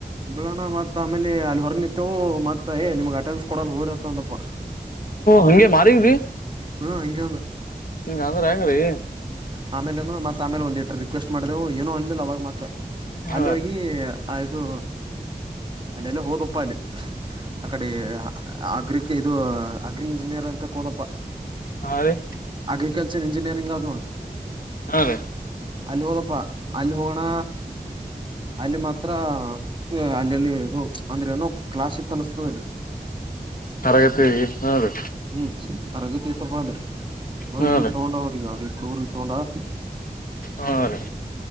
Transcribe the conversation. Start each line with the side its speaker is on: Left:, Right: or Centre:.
Right: ಬಳೋಣ ಮತ್ತ ಆಮೇಲೆ ಅಲ್ಲಿ ಹೊರ ನಿತ್ತವು ಮತ್ ಏ ನಿಮಗ್ಗೆ ಅಂಡನ್ಸ್ ಕೊಡೋ ಹೋರ್ತ್ತ ಅಂತಪ್ಪ
Left: ಹಂಗೆ ಮಾರಿದ್ವಿ
Right: ಹ್ಮ ಹಿಂಗಂದ
Left: ಹಂಗ ಅ್ರ ಹೆಂಗ್ರೀ
Right: ಆಮೇಲೆ ಏನು ಮತ್ತತ್ ಆಮೇಲೆ ಒಂದಿಟ್ಟ ರಿಕ್ವೆಸ್ಟ್ ಮಾಡಿದೆವು ಏನೋ ಅನ್ಲಿಲ್ಲ ಅವಾಗ ಮತ್ತ
Left: ಹಾ
Right: ಅಲ್ಲಿ ಹೋಗಿ ಆ ಇದು ಅಲ್ಲೆಲ್ಲ ಹೋದಪ್ಪ ಅಲ್ಲಿ ಅಕಡೆ ಅಗ್ರಿಕ ಇದು ಅಗ್ರಿ ಇಂಜಿನಿಯರ್ ಅಂತ ಕ ಹೋದಪ್ಪ
Left: ಹಾ ರೀ
Right: ಅಗ್ರಿಕಲ್ಚರ್ ಎಂಜಿನಿಯರಿಂಗ್ ಅನ್ನಡ
Left: ಹಾ ರೀ
Right: ಅಲ್ಲಿ ಹೋದಪ್ಪಾ ಅಲ್ಲಿ ಹೋಗೋಣ ಅಲ್ಲಿ ಮಾತ್ರ ಅಲ್ಲಿಲ್ಲಿ ಇದು ಅಂದ್ರೆ ಏನೋ ಕ್ಲಾಸಕ್ ಅನಸ್ತದೆಲ್ಲಿ <unintelligible>
Left: ತರಗತಿ ಹಾ ರೀ
Right: ಹ್ಮ್ ತರಗತಿ ತ ಬಳಿ ಹೋಗಿ
Left: ಹಾ ರೀ
Right: ತಗೊಂಡವ್ರಿಗೆ ಅವ್ರಿರ ಎೊಂಡಾ
Left: ಹಾ ರೀ